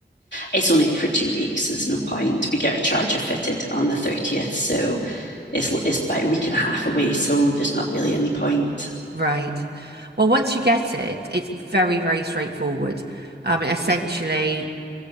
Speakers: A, on the left; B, on the right.
A: It's only for two weeks, so there's no point. We get our charger fitted on the 30th, so it's it's about a week and a half away, so there's not really any point.
B: Right. Well, once you get it, it's very, very straightforward. Um, essentially,